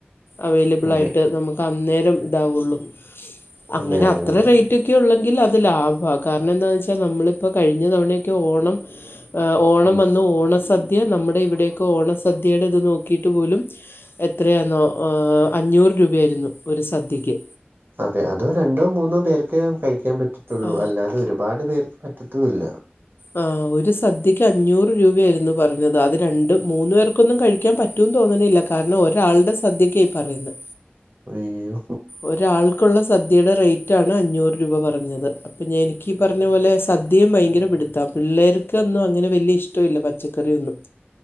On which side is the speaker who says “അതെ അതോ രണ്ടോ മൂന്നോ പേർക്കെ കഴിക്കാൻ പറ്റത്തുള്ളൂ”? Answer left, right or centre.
Right